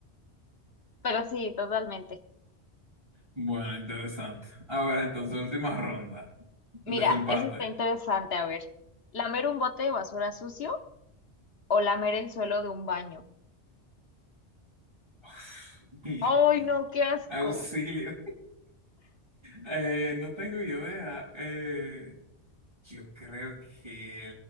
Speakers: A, on the left; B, on the right.
A: pero sí, totalmente.
B: Bueno, interesante. A ver, entonces, última ronda. El
A: Mira,
B: desempate.
A: eso está interesante, a ver. ¿Lamer un bote de basura sucio o lamer el suelo de un baño?
B: Uf, <laughs> mierda.
A: Ay, no, qué asco.
B: Auxilio. Eh, no tengo idea. Eh, yo creo que